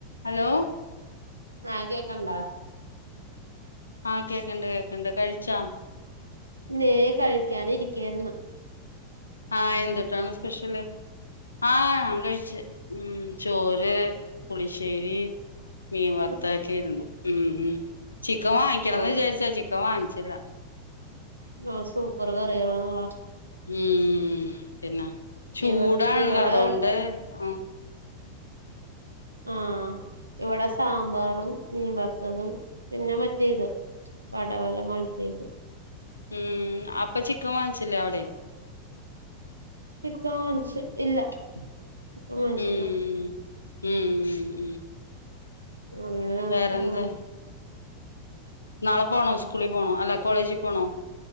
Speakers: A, on the left; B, on the right.
A: Hello.
B: ആ, കേക്ക്ണ്ടോ
A: ആഹ കേക്കണ്ട് കേക്കണ്ട് കഴിച്ചാ.
B: നേ കഴിക്കാനിരിക്കായ്രുന്ന്.
A: ആഹ് എന്തുട്ടാണ് സ്പെഷ്യല് ആഹ് ഞാൻ കഴിച്ച് ഉം ചോറ്, പുളിശ്ശേരി, മീൻ വർത്താക്കിയിരുന്നു.
B: ഓ
A: ഉം ഉം ചിക്കം വാങ്ങിക്കണംന്ന്
B: ഓ
A: വിചാരിച്ചാ ചിക്കൻ വാങ്ങിച്ചില്ല.
B: ആഹ് സൂപ്പർ കറികളാണലോ
A: ഉം പിന്നെ ചൂടാണല്ലോ
B: ഇവ ഇവിടെ
A: അതോണ്ട് ആ
B: ആഹ് ഇവിടെ സാമ്പാറും മീൻ വറുത്തതും പിന്നെ മറ്റേ ഇത് പാടവല മലത്തിഏത്
A: ഉം അപ്പ ചിക്കൻ വാങ്ങിച്ചില്ലേ, അവിടെ
B: <unintelligible> ഇല്ല ചിക്കൻ വാങ്ങിച്ചില്ല
A: ഉം ഉം ഉം ഉം.
B: അങ്ങനെ
A: വേറെന്താ
B: ആ
A: നാളെ പോണോ സ്കൂളിൽ പോണോ അല്ല കോളേജിൽ പോണോ